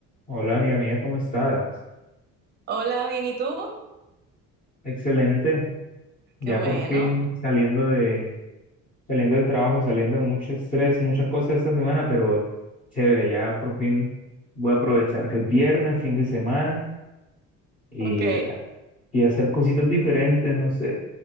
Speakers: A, on the left; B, on the right.
A: Hola amiga mía, ¿cómo estás?
B: Hola, bien, ¿y tú?
A: Excelente, ya
B: Qué bueno,
A: por fin saliendo de, saliendo del trabajo, saliendo de mucho estrés, muchas cosas esta semana, pero chévere, ya por fin voy a aprovechar que es viernes, fin de semana y,
B: ok.
A: y hacer cositas diferentes, no sé.